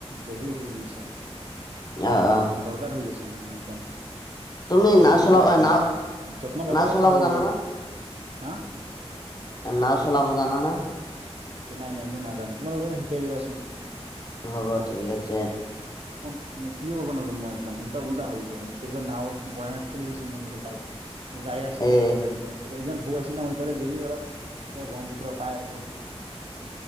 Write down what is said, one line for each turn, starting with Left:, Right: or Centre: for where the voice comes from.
Right: জৰুৰী হৈ গৈছে। মানে
Left: অ অ
Right: দৰকাৰ হৈ গৈছে মানে একদম।
Left: তুমি
Right: আৰু ক
Left: নাও
Right: কৰিবই
Left: চলাব
Right: লাগে
Left: নাও
Right: মানে অলপ যত্ন ল'ব
Left: নাও
Right: লাগে
Left: চলাব
Right: শৰীৰৰ
Left: জানা
Right: হা।
Left: ন চলাব জান না?
Right: এ নাই, নাই মই নাজানো। তোমালোকৰ শিকাই দিবাচোন।
Left: হ'ব ঠিক আছে।
Right: কোন মানে কি কৰবা নৰো মই। একদম উল্টা পুল্টা হৈ যায়। মোক একবাৰে নাওত বহাই ঠেলি দিছিল মোক নদী পাৰত। মই যাই আছলো।
Left: এ
Right: ভাই ভাই মোৰ একদম সৰু আছিলো মইফালেই গেলি অলপ তাকে ব্ৰহ্মপুত্ৰ পাই <unintelligible>